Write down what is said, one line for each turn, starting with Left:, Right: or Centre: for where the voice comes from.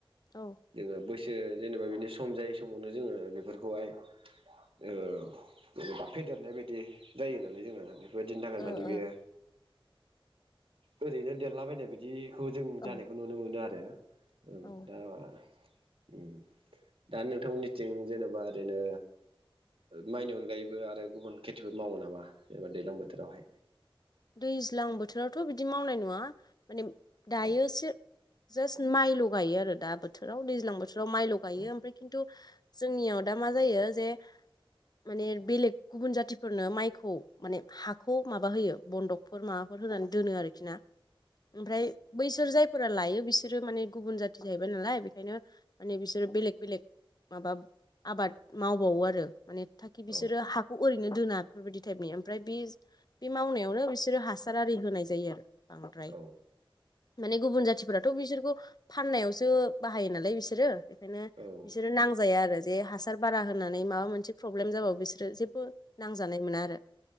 Left: औ
Right: जोङो बैसो जेनेबा बिनि सम जायै समावनो जोङो बेफोरखौहाय ओ जेनेबा फेदेरनाय बाय दि जायो नालाय जोङो बेफोरबायदिनि थाखाय
Left: ओ
Right: माने बेयो ओरैनो देरलाबायनाय बायदिखौ जों जानायखौ
Left: ओ औ
Right: नुनो मोनो आरो ओं
Left: औ
Right: दा‌ मा‌ उम दा नोंथांमोननिथिं जेनेबा ओरैनो माइनि अनगायैबो आरो गुबुन खेथिफोर मावो नामा जेनेबा दैलां बोथोरावहाय
Left: दैज्लां बोथोरावथ बिदि मावनाय नुवा माने दायोसो
Right: औ
Left: जास्ट माइल गायो आरो दा बोथोराव दैज्लां बोथोराव माइल गायो
Right: औ
Left: ओमफ्राय खिन्थु जोंनियाव दा मा जायो जे माने बेलेग गुबुन जातिफोरनो माइखौ माने हाखौ माबा होयो बन्दकफोर माबाफोर होनानै दोनो आरोखि ना ओमफ्राय बैसोर जाय फोरा लायो बिसोरो माने गुबुन जाथि जाहैबाय नालाय बेखायनो माने बिसोरो बेलेग बेलेग माबा आबाद मावबावो आरो माने थाकि
Right: औ
Left: बिसोरो हाखौ ओरैनो दोना बेफोरबायदि टाइपनि ओमफ्राय बे बे मावनायावनो बिसोरो हासार आरि होनाय जायो आरो बांद्राय
Right: औ
Left: माने गुबुन जाथिफोराथ बिसोरखौ फाननायावसो बाहायो नालाय बिसोरो बेखायनो
Right: औ ओं
Left: बिसोरो नांजाया आरो जे हासार बारा होनानै माबा मोनसे प्रब्लेम जाबाबो बिसोरो जेबो नांजानाय मोना आरो